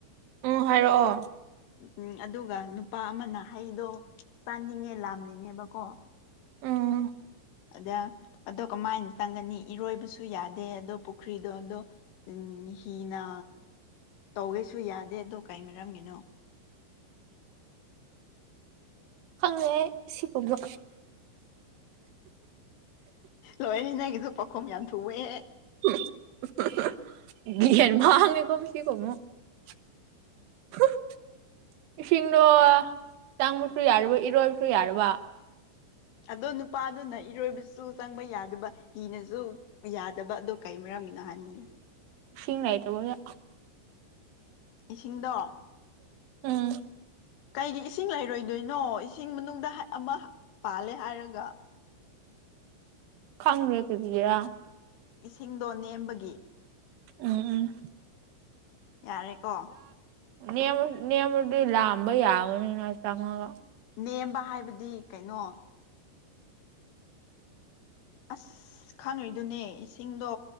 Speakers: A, on the right; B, on the left.
A: ꯎ ꯍꯥꯏꯔꯛꯑꯣ
B: ꯎꯝ ꯑꯗꯨꯒ ꯅꯨꯄꯥ ꯑꯃꯅ ꯍꯩꯗꯣ ꯆꯥꯅꯤꯡꯉꯦ ꯂꯥꯝꯅꯤꯡꯉꯦꯕꯀꯣ
A: ꯎꯝ
B: ꯑꯗ ꯑꯗꯣ ꯀꯃꯥꯏꯅ ꯆꯪꯒꯅꯤ ꯏꯔꯣꯏꯕꯁꯨ ꯌꯥꯗꯦ ꯑꯗꯣ ꯄꯨꯈ꯭ꯔꯤꯗꯣ ꯑꯗꯣ ꯎꯝ ꯍꯤꯅ ꯇꯧꯒꯦꯁꯨ ꯌꯥꯗꯦ ꯑꯗꯣ ꯀꯩ ꯃꯔꯝꯒꯤꯅꯣ
A: ꯈꯪꯉꯦ ꯁꯤꯒꯨꯝꯕ
B: ꯂꯣꯏꯑꯦ ꯅꯪꯒꯤꯗꯣ ꯄꯥꯈꯨꯝ ꯌꯥꯝ ꯊꯨꯑꯦ
A: <unintelligible> <inaudible> <unintelligible> ꯏꯁꯤꯡꯗꯣ ꯆꯥꯡꯕꯁꯨ ꯌꯥꯗꯕ ꯏꯔꯣꯏꯕꯁꯨ ꯌꯥꯗꯕ
B: ꯑꯗꯣ ꯅꯨꯄꯥꯗꯨꯅ ꯏꯔꯣꯏꯕꯁꯨ ꯆꯪꯕ ꯌꯥꯗꯕ ꯍꯤꯅꯁꯨ ꯌꯥꯗꯕ ꯑꯗꯣ ꯀꯩ ꯃꯔꯝꯒꯤꯅꯣ ꯍꯥꯏꯝꯅꯤꯅꯦ
A: ꯏꯁꯤꯡ ꯂꯩꯇꯕꯒꯤ
B: ꯏꯁꯤꯡꯗꯣ
A: ꯎꯝ
B: ꯀꯩꯒꯤ ꯏꯁꯤꯡ ꯂꯩꯔꯣꯏꯗꯣꯏꯅꯣ ꯏꯁꯤꯡ ꯃꯅꯨꯡꯗ ꯑꯃ ꯄꯥꯜꯂꯦ ꯍꯥꯏꯔꯒ
A: ꯈꯪꯗꯦ ꯀꯔꯤꯒꯤꯔ
B: ꯏꯁꯤꯡꯗꯣ ꯅꯦꯝꯕꯒꯤ
A: ꯎꯝ ꯎꯝ
B: ꯌꯥꯔꯦ ꯀꯣ
A: ꯅꯦ ꯅꯦꯃꯗꯤ ꯂꯝꯕ ꯌꯥꯒꯅꯤꯅ ꯆꯪꯉꯒ
B: ꯅꯦꯝꯕ ꯍꯥꯏꯕꯗꯤ ꯀꯩꯅꯣ ꯑꯁ ꯈꯪꯉꯔꯤꯗꯨꯅꯦ ꯏꯁꯤꯡꯗꯣ